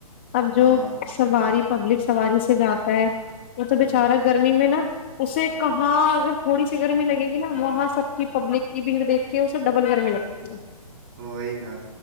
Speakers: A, on the left (about 20°); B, on the right (about 35°).
A: اب جو
B: ہاں
A: سواری پبلک سواری سے جاتا ہے وہ تو بے
B: ہوں
A: بیچارہ ہے گرمی میں نا اسے کہاں اگر تھوڑی سی گرمی لگے گی نا وہاں سب کی پبلک کی بھیڑ دیکھ کے اسے ڈبل گرمی لگتی ہے
B: ہوئی نا